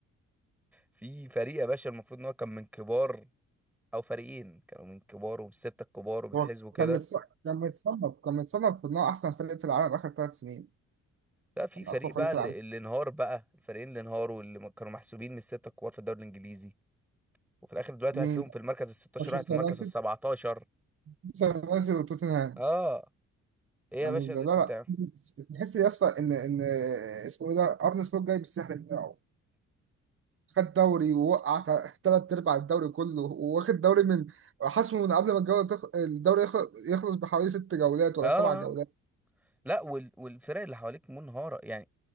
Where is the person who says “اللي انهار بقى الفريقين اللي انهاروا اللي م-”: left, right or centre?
Centre